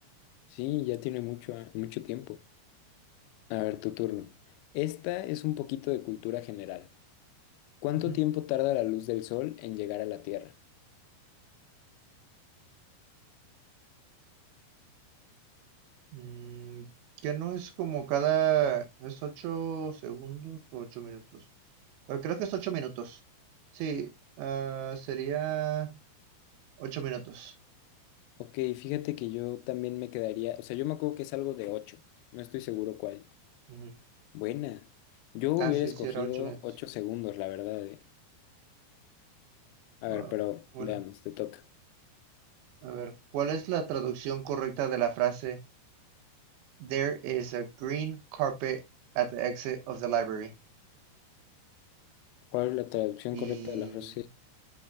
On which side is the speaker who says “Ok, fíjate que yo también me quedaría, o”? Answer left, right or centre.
Left